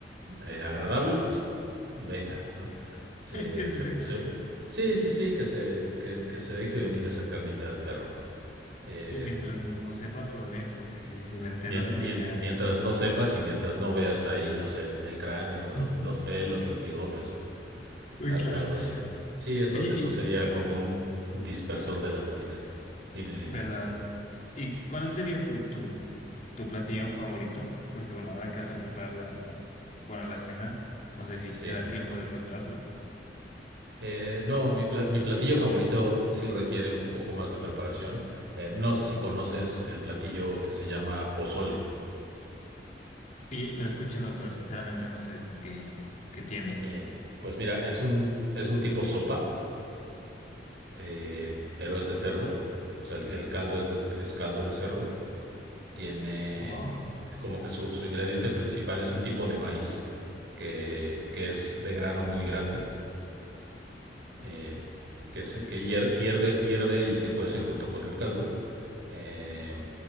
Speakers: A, on the right; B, on the left.
A: eh, agradable, pues venga, ¿no? Se,
B: <laughs> que se
A: se,
B: venga.
A: se- sí, sí, sí, que se, que, que se deje venir esa carnita de perro. Eh,
B: Sí, mientras no, no sepa todo bien, porque si, si me entero
A: mien-
B: es
A: mien-
B: que ya...
A: mientras no sepas y mientras no veas ahí, no sé, el, el cráneo, o los,
B: <laughs>
A: los pelos, los bigotes o
B: Uy,
A: al-
B: claro.
A: algo así. Sí, eso,
B: Oye,
A: eso sería como un dispersor del apetito. Dime, dime.
B: ¿Verdad? ¿Y cuál sería tu, tu, tu platillo favorito? Porque bueno, ahora que vas a preparar la, la- bueno, la cena, no sé si
A: Sí.
B: te da tiempo de prepararlo.
A: Eh, no, mi, pla- mi platillo favorito sí requiere un poco más de preparación. Eh, no sé si conoces el platillo que se llama pozole.
B: Y lo he escuchado, pero sinceramente no sé qué, qué tiene.
A: Eh, pues mira, es un, es un tipo sopa, eh, pero es de cerdo. O sea, el, el caldo es, de- es caldo de cerdo. Tiene
B: Wow.
A: como que su, su ingrediente principal es un tipo de maíz que, que es de grano muy grande eh, que, se, que hier- hierve, hierve y se cuece junto con el caldo. eh,